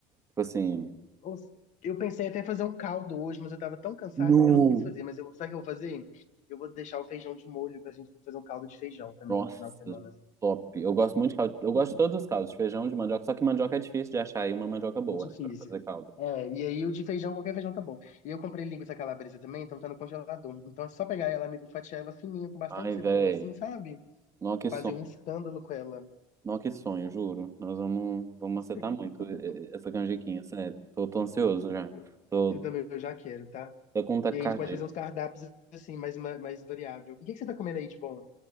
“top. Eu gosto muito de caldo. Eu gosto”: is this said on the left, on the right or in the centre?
Right